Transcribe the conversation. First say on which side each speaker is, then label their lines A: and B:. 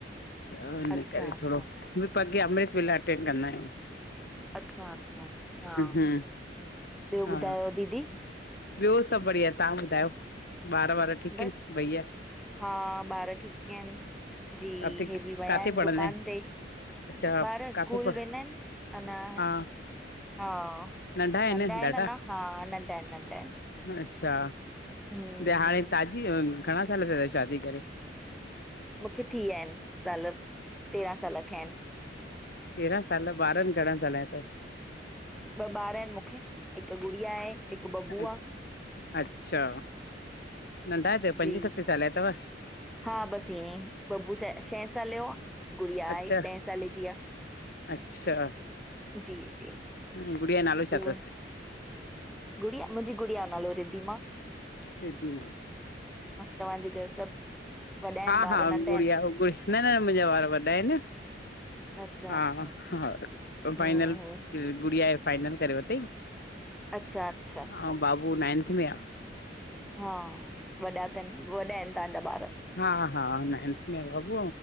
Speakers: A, on the left; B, in the centre.
A: त हिन
B: अच्छा,
A: करे
B: अच्छा,
A: थोरो उहे पर अमृत वेला अटेंड कंदा आयूं।
B: अच्छा -अच्छा हा।
A: हम्म
B: ॿियो
A: हा
B: ॿुधायो दीदी?
A: ॿियो सभु बढ़िया तव्हां ॿुधायो ॿार वार ठीकु
B: बस,
A: आहिनि भइया?
B: हा ॿार ठीक किहिनि जी
A: काथे
B: हे बि विया
A: काथे
B: आहिनि
A: पढ़ंदा
B: दुकान ते।
A: अच्छा
B: ॿार
A: काथे
B: स्कूल
A: पढ़
B: वेंदा आहिनि अञा
A: हा
B: हा
A: नंढा
B: नंढ़ा आहिनि
A: ॾाढा
B: न न हा नंढ़ा आहिनि नंढ़ा आहिनि।
A: अच्छा
B: हम्म,
A: त हाणे
B: हम्म,
A: ताज़ी घणा साल थिया अ शादी करे?
B: मूंखे थी विया आहिनि साल तेरहां साल थिया आहिनि।
A: तेरहां साल ॿारनि घणा ॻाल्हाइदो?
B: ॿ ॿार आहिनि मूंखे हिकु गुड़िया आहे हिकु बबु
A: अथव
B: आहे।
A: अच्छा नंढा अथव
B: जी
A: पंजे सत साले जा अथव?
B: हा बसि ईएंं बबू स छहें साले जो आहे गुड़िया
A: अच्छा
B: आहे ॾहें साले जी आहे।
A: अच्छा।
B: जी -जी।
A: हं गुड़िया जो नालो
B: ॿियो
A: छा अथस?
B: गुड़िया मुंहिंजी गुड़िया जो नालो रीदिमा।
A: रिदिमा।
B: तव्हांजे घर सभु वॾा आहिनि
A: हा
B: ॿार
A: हा
B: नंढा
A: उगुड़िया
B: आहिनि
A: उगुड़ी न न न मुंहिंजा वार वॾा आहिनि।
B: अच्छा
A: हा
B: अच्छा
A: -हा -हा ॿ
B: हम्म
A: फाइनल
B: हम्म
A: की गुड़िया जो फाइनल करे वतई
B: अच्छा अच्छा अच्छा
A: ऐं बाबू नाइंथ में आ।
B: हा वॾा अथनि वॾा आहिनि तव्हांजा ॿार।
A: हा -हा नाइन्थ में बबू